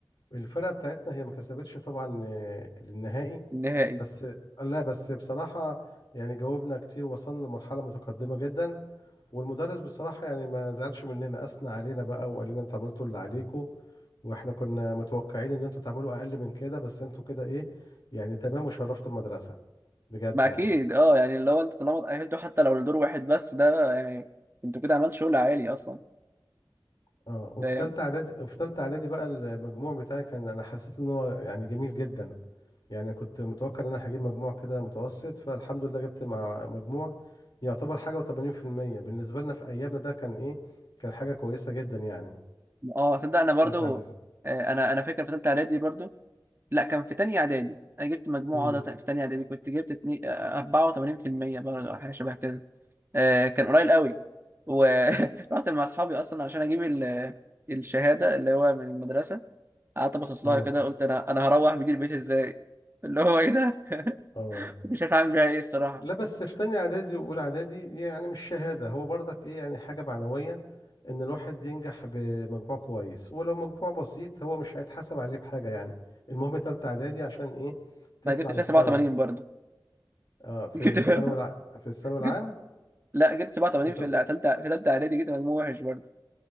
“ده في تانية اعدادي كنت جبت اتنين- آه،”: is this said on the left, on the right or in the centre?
Right